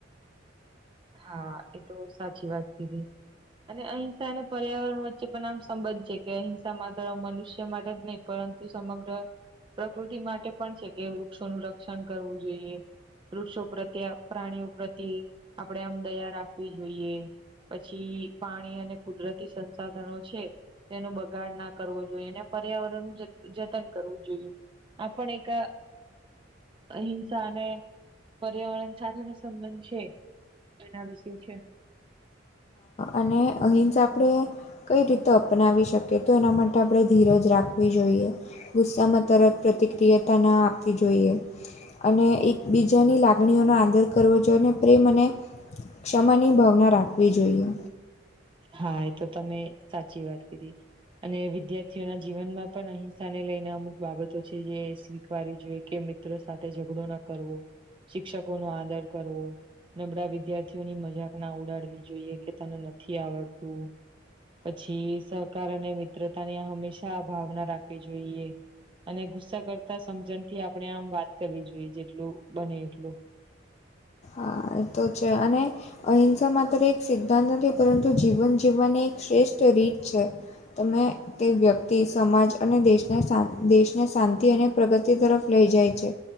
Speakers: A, on the right; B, on the left.
A: હા એ તો સાચી વાત કીધી. અને અહિંસા અને પર્યાવરણ વચ્ચે પન આમ સંબધ છે કે અહિંસા માત્ર મનુષ્ય માટે જ નઇ પરંતુ તુ સમગ્ર પ્રકૃતિ માટે પણ છે કે વૃક્ષોનું રક્ષણ કરવું જોઈએ. વૃક્ષો પ્રત્યે, પ્રાણીઓ પ્રત્યે આપડે આમ દયા રાખવી જોઈએ પછી પાણી અને કુદરતી સંસા સાધનો છે તેનો બગાડ ના કરવો જોઈએ અને પર્યાવરણ જત જતન કરવું જોઈએ. આપણ એક અ અહિંસા અને પર્યાવરણ સાથેનો સંબંધ છે. એના વિશે છે.
B: અને અહીં જ આપણે કઈ રીતે અપનાવી શકી તો એના માટે આપણે ધીરજ રાખવી જોઈએ. ગુસ્સામાં તરત પ્રતિક્રિયાતા ન આપવી જોઈએ. અને એકબીજાની લાગણીઓનો આદર કરવો જોઈએ અને પ્રેમ અને ક્ષમાની ભાવના રાખવી જોઈએ.
A: હા એ તો તમે સાચી વાત કીધી. અને વિદ્યાર્થીઓના જીવનમાં પણ અહિંસા ને લઈને અમુક બાબતો છે જે શી વાળવી જોઈ કે મિત્રો સાથે ઝઘડો ન કરવો, શિક્ષકો નો આદર કરવો નબળા વિદ્યાર્થીઓની મજાક ના ઉડાડવી જોઈએ કે તને નથી આવડતું પછી સહકાર અને મિત્રતા ની હંમેશા ભાવના રાખવી જોઈએ. અને ગુસ્સા કરતા સમજણથી આપણે આમ વાત કરવી જોઈએ જેટલું બને એટલું.
B: આ તો છે અને અહિંસા મા ત એક સિદ્ધાંત નથી પરંતુ જીવન જીવવાની એક શ્રેષ્ઠ રીત છે. તમે તે વ્યક્તિ, સમાજ અને દેશને દેશને શાંતિ અને પ્રગતિ તરફ લઈ જાય છે.